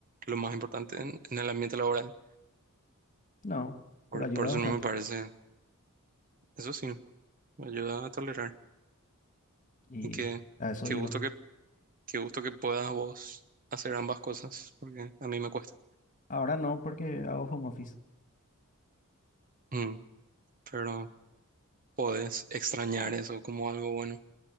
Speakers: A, on the right; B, on the left.
A: lo más importante en, en el ambiente laboral.
B: No,
A: Por,
B: pero ayuda
A: por eso
B: bastante.
A: no me parece, eso sí, me ayuda a tolerar.
B: Y
A: Y que,
B: a eso
A: qué
B: iba.
A: gusto que, qué gusto que puedas vos hacer ambas cosas, porque a mí me cuesta.
B: Ahora no, porque hago home office.
A: Mm, pero podés extrañar eso como algo bueno.